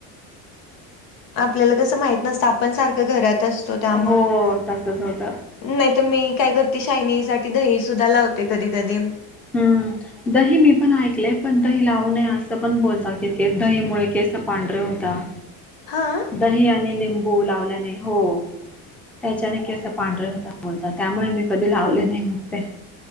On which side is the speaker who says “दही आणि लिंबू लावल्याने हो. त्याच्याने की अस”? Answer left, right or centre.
Centre